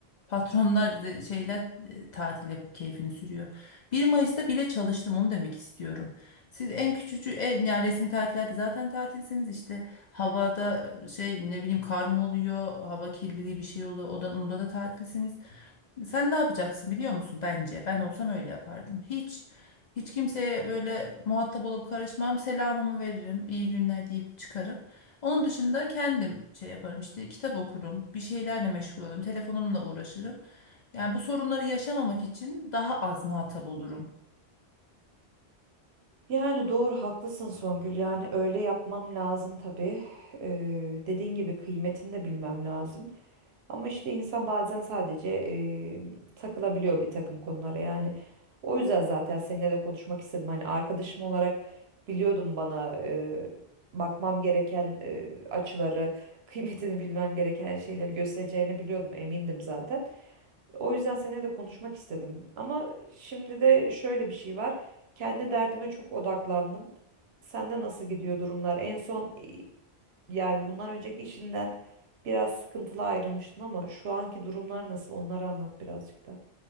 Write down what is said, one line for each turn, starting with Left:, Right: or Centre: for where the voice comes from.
Left: Patronlar e, şeyler e, tatil yapıp keyfini sürüyor. Bir Mayıs'ta bile çalıştım onu demek istiyorum. Siz en küçücü en yani resmi tatillerde zaten tatilsiniz işte havada şey ne bileyim kar mı oluyor, hava kirliliği bir şey oluyor. O da, onda da tatilsiniz. Sen ne yapacaksın biliyor musun bence? Ben olsam öyle yapardım. Hiç hiç kimseye böyle muhatap olup karışmam. Selamımı veririm. iyi günler deyip çıkarım. Onun dışında kendim şey yaparım işte kitap okurum, bir şeylerle meşgul olurum, telefonumla uğraşırım. Yani bu sorunları yaşamamak için daha az muhatap olurum.
Right: Yani doğru haklısın Songül. Yani öyle yapmam lazım tabii. Eee dediğin gibi kıymetini de bilmem lazım. Ama işte insan bazen sadece eee, takılabiliyor bir takım konulara yani. O yüzden zaten seninle de konuşmak istedim. Hani arkadaşım olarak biliyordum bana eee, bakmam gereken eee, açıları, <laughs> kıymetini bilmem gereken şeyleri göstereceğini biliyordum, emindim zaten. O yüzden seninle de konuşmak istedim. Ama şimdi de şöyle bir şey var. Kendi derdime çok odaklandım. Sende nasıl gidiyor durumlar? En son yani bundan önceki işinden biraz sıkıntılı ayrılmıştın ama şu anki durumlar nasıl onları anlat birazcık da.